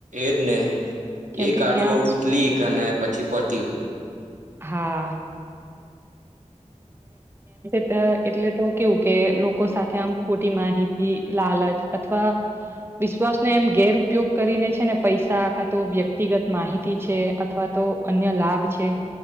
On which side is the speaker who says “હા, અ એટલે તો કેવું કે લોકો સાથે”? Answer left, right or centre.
Right